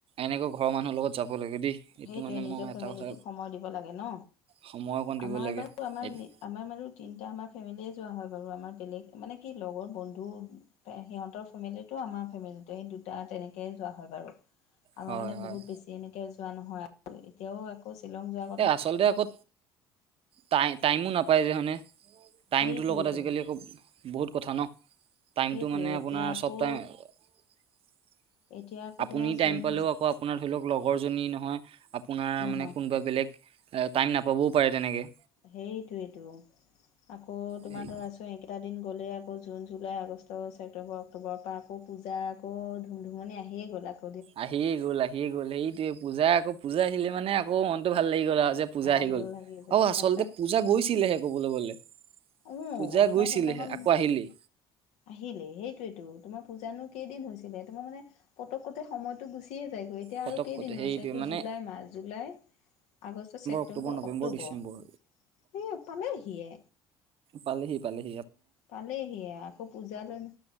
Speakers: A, on the right; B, on the left.
A: এনেকৈ ঘৰৰ মানুহৰ লগত যাব লাগে দেই এইটো
B: সেইটোৱে
A: মানে
B: নিজৰ
A: মই
B: ফেমিলিটোক
A: এটা কথা
B: সময় দিব লাগে ন
A: সময় অকণ দিব
B: আমাৰ
A: লাগে
B: বাৰু আমাৰ
A: এই-
B: নি আমাৰ বাৰু তিনিটা আমাৰ ফেমেলিয়ে যোৱা হয় বাৰু আমাৰ বেলেগ মানে কি লগৰ বন্ধু সিহঁতৰ ফেমেলিটো আমাৰ ফেমেলিটো এই দুটা তেনেকেই যোৱা হয় বাৰু আমাৰ
A: হয়
B: মানে
A: হয়
B: বহুত বেছি এনেকে যোৱা নহয় আৰু এতিয়াও আকৌ শ্বিলং যোৱা
A: এ আচলতে আকৌ টাই টাইমো নাপায় যে হয়নে টাইমটোৰ
B: সেইটোৱেইটো
A: লগত আজিকালি আক বহুত কথা ন টাইমটো
B: সেইটোৱে
A: মানে
B: এতিয়া
A: আপোনাৰ
B: আকৌ
A: চব টাইম <unintelligible>
B: এতিয়া আকৌ
A: আপুনি
B: তোমাৰ
A: টাইম
B: জুন
A: পালেও আকৌ আপোনাৰ ধৰি লওক লগৰ জনী নহয় আপোনাৰ
B: নহয়
A: মানে কোনোবা বেলেগ এ টাইম নাপাবও পাৰে তেনেকে
B: সেইটোৱেটো আকৌ তোমাৰ
A: সেই
B: ধৰাছোন এই কেইটা দিন গ'লে আক জুন জুলাই আগষ্ট ছেপ্টেম্বৰ অক্টোবৰৰ পৰা আকৌ পূজা আকৌ ধুমধুমনি আহিয়ে গ'ল আক-
A: আহিয়ে গ'ল আহিয়ে গ'ল সেইটোয়ে পূজা আকৌ পূজা আহিলে মানে আকৌ মনতো ভাল লাগি গ'ল আৰু যে পূজা
B: ভাল
A: আহি গ'ল
B: লাগি যায়
A: অ আচলতে
B: সঁচাক
A: পূজা গৈছিলেহে কবলৈ গলে
B: অ
A: পূজা
B: তোমাৰ
A: গৈছিলেহে
B: সেইদিনাখন
A: আকৌ আহিলেই
B: আহিলেই সেইটোৱেতো তোমাৰ পূজানো কেইদিন হৈছিলে তোমাৰ মানে পটককতে সময়তটো গুচিয়ে যায়গৈ এতিয়া
A: পতককতে
B: আৰু কেইদিনো
A: সেইটোৱে
B: আছে এইটো
A: মানে
B: জুলাই মাহ July August September
A: October November
B: October
A: December
B: সে পালেহিয়ে
A: পালে হি পালে হি
B: পালেহি আকৌ পূজালে নো